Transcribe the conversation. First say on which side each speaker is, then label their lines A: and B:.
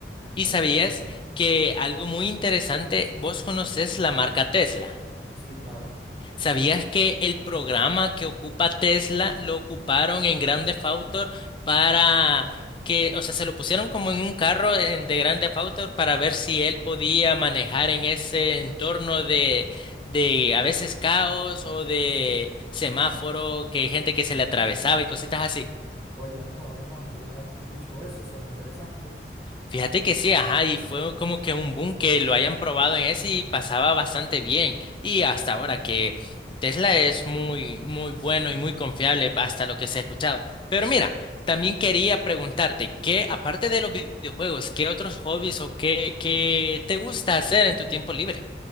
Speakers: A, in the centre; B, on the left.
A: Entonces,
B: ¿Y sabías
A: bueno,
B: que
A: sí,
B: algo muy interesante, vos conoces la marca Tesla?
A: sí, claro.
B: ¿Sabías que el programa que ocupa Tesla lo ocuparon en Grand Theft Auto para que, o sea, se lo pusieron como en un carro en- de Grand Theft Auto para ver si él podía manejar en ese entorno de, de a veces caos o de semáforo, que gente que se le atravesaba y cositas así?
A: Oye, no, hermano, primera vez que escucho eso, suena interesante.
B: Fíjate que sí, ajá, y fue como que un boom que lo hayan probado en ese y pasaba bastante bien. Y hasta ahora que Tesla es muy, muy bueno y muy confiable hasta lo que se ha escuchado. Pero mira, también quería preguntarte que aparte de los videojuegos, ¿qué otros hobbies o qué, qué te gusta hacer en tu tiempo libre?